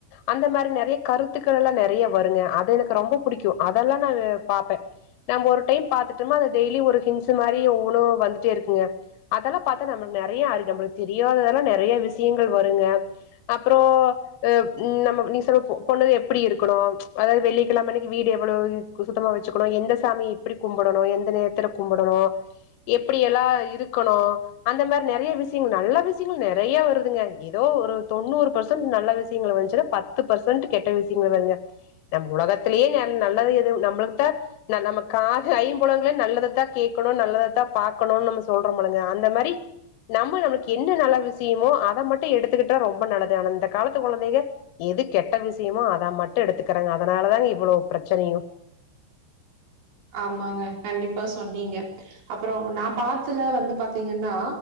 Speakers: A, on the left (about 85°); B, on the right (about 60°).
A: அந்த மாரி நெறைய கருத்துக்கள் எல்லா நெறைய வருங்க அது எனக்கு ரொம்ப புடிக்கு அதெல்லா நா பாப்பே நம்ப ஒரு டைம் பாத்துட்டமா அது டெய்லி ஒரு ஹின்ஸு மாரி ஒவ்வொன்னு வந்துட்டே இருக்குங்க அதெல்லா பாத்தா நம்மள்க் நெறைய அறி நம்பளுக் தெரியாததெல்லா நெறைய விசியங்கள் வருங்க அப்றோ அ நம்ம நீங் சொல்ற பொ பொண்ணுக எப்பிடி இருக்கணு அதாவ்து வெள்ளிக்கெழம அன்னிக்கி வீடு எவ்வளோ க்கு சுத்தமா வெச்சுக்கணு எந்த சாமி எப்பிடி கும்புடணு எந்த நேரத்துல கும்புடணு எப்பிடியெல்லா இருக்கணு அந்த மாரி நெறைய விசியங்கள் நல்ல விசியங்கள் நெறைய வருதுங்க எதோ ஒரு தொண்ணூறு பர்சன்ட் நல்ல விசியங்களு வந்ச்சு ன்னா பத்து பர்சன்ட்டு கெட்ட விசியங்க வருங்க நம் உலகத்திலே நன் நல்லது எது நம்ளுக் தா ந நம்ம கா ஐம்புலங்களயு நல்லதத்தா கேக்கணு நல்லதத்தா பாக்கணுன் நம்ம சொல்றமுல்லங்க அந்த மாரி நம்ம நமக் என்ன நல்ல விசியமோ அத மட்டு எடுத்துக்கிட்டா ரொம்ப நல்லது ஆனா இந்த காலத்து கொழந்தைங்க எது கெட்ட விசியமோ அத மட்டு எடுத்துக்கறாங்க அதனால தாங்க இவ்வளோ பிரச்சனையு
B: ஆமாங்க கண்டிப்பா சொன்னீங்க அப்றோ நா பாத்துல வந்து பாத்தீங்கன்னா